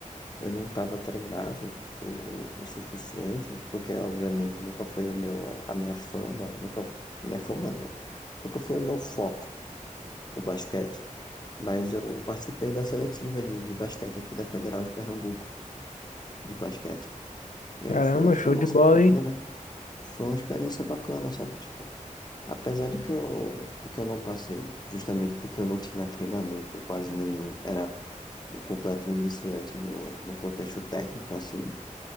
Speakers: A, on the left; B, on the left.
A: eu não estava treinado o, o suficiente, porque obviamente nunca foi o meu, a minha fama, nunca, minha fama não, nunca foi o meu foco, o basquete. Mas eu participei da seletiva de, de basquete aqui da Federal de Pernambuco, de basquete. E
B: Caramba,
A: aí foi uma experiência
B: show de bola,
A: bacana.
B: hein?
A: né? Foi uma experiência bacana, sabe? Tipo, apesar de que eu, de que eu não passei, justamente porque eu não tinha treinamento quase nenhum, era um completo iniciante no, no contexto técnico, assim,